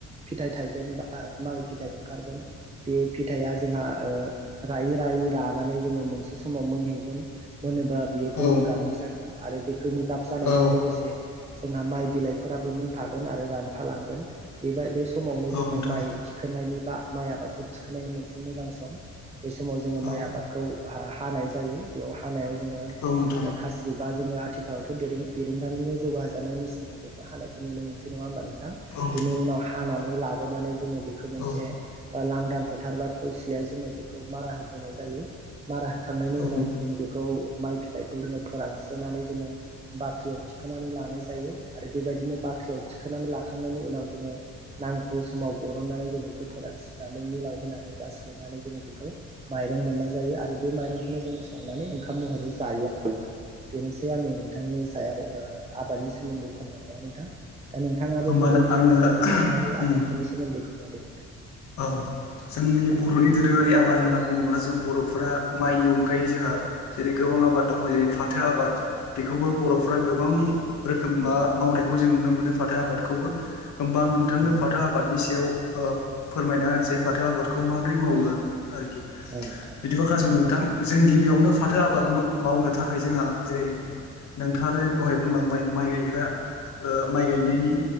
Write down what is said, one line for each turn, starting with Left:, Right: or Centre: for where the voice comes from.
Right: फिथाइ थायगोन बा माइ फिथाइ ओं खारगोन ओगोन बे फिथाइआ जोंहा रायै रायै रानानै जोङो मोनसे समाव मोनहैग गोन मोनोबा बियो गोमो
Left: औ
Right: गाबनि जागोन आरो बे गोमो गाब जानायजों
Left: औ
Right: लोगोसे जोंहा माइ बिलाइफोराबो मोनफागोन आरो रानफालांगोन बेबा बे समावनो
Left: औ
Right: जोङो
Left: नोंथां
Right: माइ थिखोननायनि बा माइ आबादखौ थिखोनायनायनि मोनसे मोजां सम बे समाव जोङो
Left: औ
Right: माइ आबादखौ हा-हानाय जायो बेयाव हानायाव जोङो
Left: औ नोंथांं
Right: खासि बा जोङो आथिखालावथ' दोरों दोरोंदामिनि जौगाजानाय मेसिनफोरजोंबो हानायखौ नुनो मोनसै नङा होमबा नोंथां
Left: औ
Right: बेनि उनाव हानानै लाबोनानै जोङो बेखौ मोनसे
Left: औ
Right: ओ लांदां फोथार बा खल सिलायाव जोङो बेखौ मारा होफैनाय जायो मारा होखांनायनि
Left: औ
Right: उनाव जों बे खौ माइ फिथाइखौ जो फोरानस्रोननानै जोङो बाख्रियाव थिखोनानै लानाय जायो आरो बे बेबायदिनो बाख्रियाव थिखनानै लाखांनायनि उनाव जोङो नांगौ समाव बरननानै जोंङो बेखौ फोरानस नानै मिलाव होनानै बा सौनानै जोङो बेखौ माइरं मोननाय जायो आरो बे माइरंखौनो जोङो संनानै ओंखाम महरै जायोआ रो नोंथां बेनोसै आंनि नोंथांनि सायाव ओ आबादनि सोमोन्दै फोरमायनाया नोंथां दा नोंथाङाबो
Left: होमबानो
Right: बेबायदिनो
Left: आङो
Right: माखासे दोरोङारि आबादफोरनि सोमोन्दै फोरमायदो नोंथां
Left: औ जोंनि बर'नि दोरोङारि आबाद होनना बुङोबा जों बर'फोरा माइनि अनगायै जोंहा जेरै गोबां आबाद दङ जेरै फाथो आबाद बेखौबो बर'फ्रा गोबां रोखोम बा मावन मावनायखौ जों नुनो मोनो फाथो आबादखौबो होमबा आं नोंथांनो
Right: नोंथां
Left: फाथो आबादनि सायाव ओ फोरमायना होनसै फाथो आबाद खौ माबोरै मावो आरोखि
Right: औ नोंथां
Left: बिदिबा खोनासंदों नोंथां जों गिबियावनो फाथो आबाद
Right: औ नोंथां
Left: मावनो थाखाय जोंहा जेरै नोंथाङा दहाय बुंलांबाय माइ गायग्रा ओ माइ गायनायनि